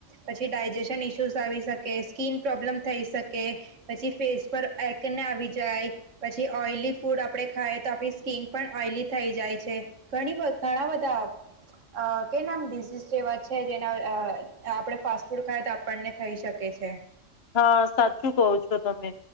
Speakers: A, on the right; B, on the left.
A: પછી ડાયજેશન ઇશ્યુઝ આવી શકે સ્કીિન પ્રોબ્લેમ થઈ શકે પછી ફેસ પર એકને આવી જાય પછી ઓઈલી ફૂડ આપણે ખાય તો આપણી સ્કીિન પણ ઓઈલી થઈ જાય છે ણી ઘણા બધા કે નામ ડડીઝઝ જેવા છે જેના આપણે ફાસ્ટ ફૂડ ખાય તો આપણને થઈ શકે છે
B: હા સાચું કો છો તમે